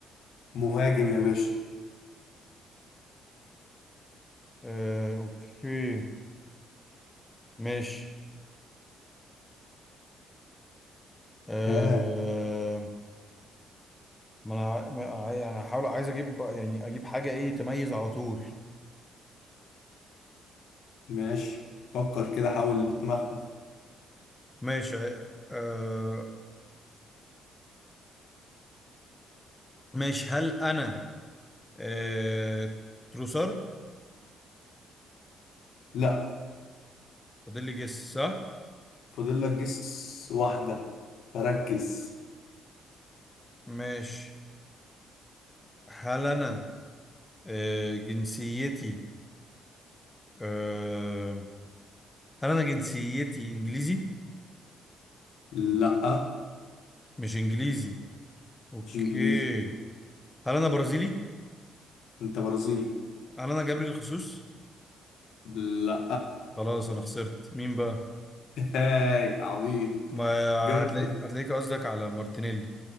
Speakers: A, on the left; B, on the left.
A: مهاجم يا باشا
B: آه اوكي ماشي آه
A: ها
B: ما انا ع- ما ع- يعني هحاول عايز اجيب بقى- يعني اجيب حاجه ايه تميز على طول
A: ماشي فكر كده حاول تمخمخ
B: ماشي آه ماشي هل انا آه تروسارد
A: لا
B: فاضل لي جس صح
A: فاضل لك جس واحده فركز
B: ماشي هل انا آه، جنسيتي آه، هل انا جنسيتي انجليزي
A: لا
B: مش انجليزي اوكي
A: مش انجليزي
B: هل انا برازيلي
A: انت برازيلي
B: هل انا جابري الخسوس
A: لا
B: خلاص انا خسرت مين بقى
A: <laughs> هاي عبيط
B: ما
A: جابريل
B: هتلاقي هتلاقيك قصدك على مارتينيلي